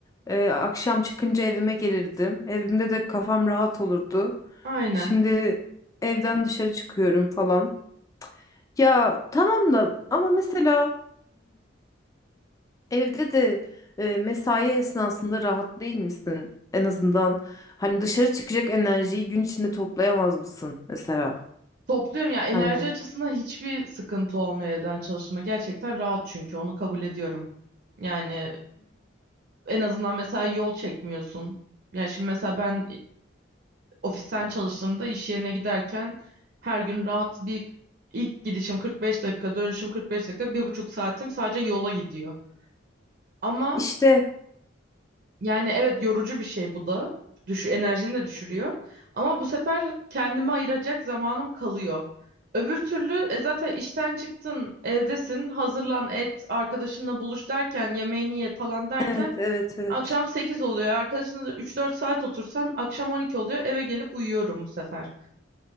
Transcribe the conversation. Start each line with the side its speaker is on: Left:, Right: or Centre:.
Left: E, akşam çıkınca evime gelirdim. Evimde de kafam rahat olurdu.
Right: Aynen.
Left: Şimdi evden dışarı çıkıyorum falan. Ya tamam da ama mesela <clears throat> evde de e, mesai esnasında rahat değil misin? En azından hani dışarı çıkacak enerjiyi gün içinde toplayamaz mısın mesela?
Right: Topluyorum ya enerji
Left: Hani.
Right: açısından hiçbir sıkıntı olmuyor evden çalışma. Gerçekten rahat çünkü onu kabul ediyorum. Yani en azından mesela yol çekmiyorsun. Yani şimdi mesela ben ofisten çalıştığımda iş yerine giderken her gün rahat bir ilk gidişim 45 dakika, dönüşüm 45 dakika, bir buçuk saatim sadece yola gidiyor. Ama
Left: İşte
Right: Yani evet yorucu bir şey bu da. Düş enerjini de düşürüyor. Ama bu sefer kendime ayıracak zamanım kalıyor. Öbür türlü e, zaten işten çıktın, evdesin, hazırlan et, arkadaşınla buluş derken, yemeğini ye falan derken
Left: evet evet evet
Right: akşam 8 oluyor. Arkadaşınla da üç dört saat otursan akşam 12 oluyor. Eve gelip uyuyorum bu sefer.